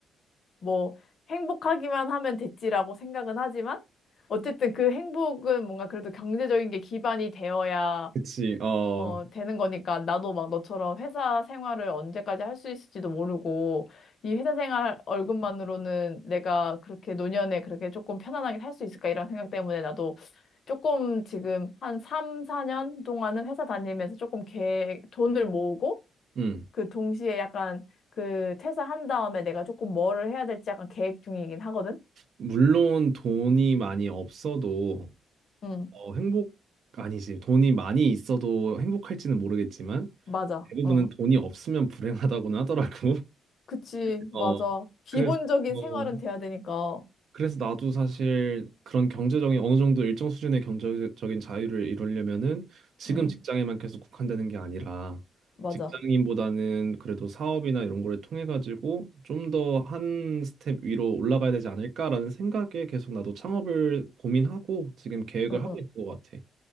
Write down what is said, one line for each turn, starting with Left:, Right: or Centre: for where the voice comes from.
Left: 뭐 행복하기만 하면 됐지라고 생각은 하지만 어쨌든 그 행복은 뭔가 그래도 경제적인 게 기반이 되어야
Right: 그치? 어
Left: 어, 되는 거니까 나도 막 너처럼 회사 생활을 언제까지 할 수 있을지도 모르고 이 회사 생활 월급만으로는 내가 그렇게 노년에 그렇게 조금 편안하게 살 수 있을까 이런 생각 때문에 나도 조금 지금 한 3, 4년 동안은 회사 다니면서 조금 계획, 돈을 모으고
Right: 음.
Left: 그 동시에 약간 그 퇴사한 다음에 내가 조금 뭐를 해야 될지 약간 계획 중이긴 하거든?
Right: 물론 돈이 많이 없어도
Left: 응,
Right: 어, 행복 아니지. 돈이 많이 있어도 행복할지는 모르겠지만
Left: 맞아.
Right: 대부분은
Left: 어.
Right: 돈이 없으면 불행하다고는 하더라고.
Left: 그치,
Right: <laughs> 어,
Left: 맞아. 기본적인
Right: 그래서 어,
Left: 생활은 돼야 되니까.
Right: 그래서 나도 사실 그런 경제적인 어느 정도 일정 수준의 경제적인 자유를 이루려면은 지금
Left: 응,
Right: 직장에만 계속 국한되는 게 아니라
Left: 맞아.
Right: 직장인보다는 그래도 사업이나 이런 거를 통해 가지고 좀 더 한 스텝 위로 올라가야 되지 않을까라는 생각에 계속 나도 창업을 고민하고 지금 계획을
Left: 응,
Right: 하고
Left: 응.
Right: 있는 것 같아.